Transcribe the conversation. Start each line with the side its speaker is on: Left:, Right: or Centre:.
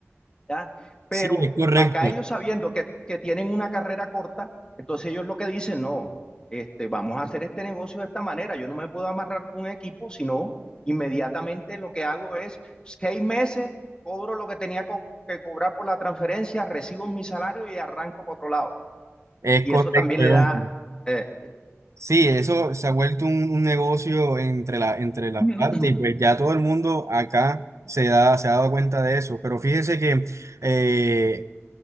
Left: ¿ya? Pero
Right: Sí, es correcto.
Left: acá ellos sabiendo que, que tienen una carrera corta, entonces ellos lo que dicen, no, este, vamos a hacer este negocio de esta manera, yo no me puedo amarrar con un equipo, sino inmediatamente lo que hago es seis meses, cobro lo que tenía co- que cobrar por la transferencia, recibo mi salario y arranco para otro lado.
Right: Es
Left: Y
Right: correcto.
Left: eso también
Right: Jonfer.
Left: le da eh,
Right: Sí, eso se ha vuelto un, un negocio entre la, entre las
Left: <clears throat>
Right: partes y pues ya todo el mundo acá se da, se ha dado cuenta de eso. Pero fíjese que eh,